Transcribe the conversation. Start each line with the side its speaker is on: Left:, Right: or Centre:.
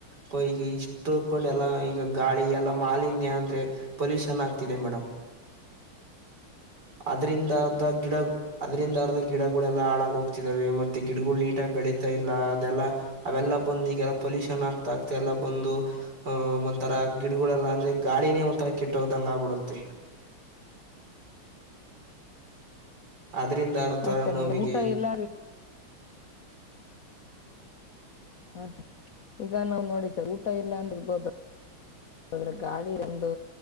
Right: ಪ ಈಗ ಇಷ್ಟು ತಕೊಂಡೆಲ್ಲಾ ಈಗ ಗಾಳಿ ಎಲ್ಲಾ ಮಾಲಿನ್ಯ ಅಂದ್ರೆ. ಪೊಲೀಷನ್ ಆಗ್ತಿದೆ ಮೇಡಮ್. ಅದ್ರಿಂದ ಅದ ಗಿಡ. ಅದ್ರಿಂದ ಅರ್ದ ಗಿಡಗಳೆಲ್ಲಾ ಹಾಳಾಗ ಹೋಗ್ತಿದಾವೆ ಮತ್ತೆ ಗಿಡಗಳು ನೀಟಾಗಿ ಬೆಳೀತಾ ಇಲ್ಲ ಅದೆಲ್ಲ. ಅವೆಲ್ಲ ಬಂದು ಈಗೆಲ್ಲ ಪೊಲ್ಯೂಷನ್ ಆಗ್ತಾ ಆಗ್ತಾ ಎಲ್ಲಾ ಬಂದು. ಅಹ ಒಂಥರ ಗಿಡಗಳೆಲ್ಲ ಅಂದ್ರೆ ಗಾಳಿನೇ ಒಂತರ ಕೆಟ್ಟೋಗ್ದಂಗ ಆಗ್ಬಿಡುತ್ತೆ. ಅದ್ರಿಂದ ಅರ್ಧ
Left: ಹಾ ಸರ್
Right: ನಮಗೆ.
Left: ನೀವು ಊಟ ಇಲ್ಲ ಹಾ ಸರ್ ಈಗ ನಾವ್ ನೋಡಿ ಸರ್ ಊಟ ಇಲ್ಲ ಅಂದ ಇರ್ಬೋದು. ದ್ರೆ ಗಾಳಿ ಒಂದು